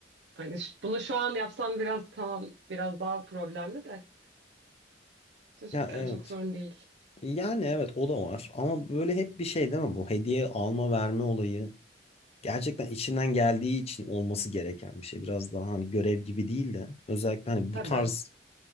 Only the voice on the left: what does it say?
Ya evet.
Yani evet o da var ama böyle hep bir şey değil mi bu hediye alma verme olayı gerçekten içinden geldiği için olması gereken bir şey. Biraz daha hani görev gibi değil de özellikle hani
bu tarz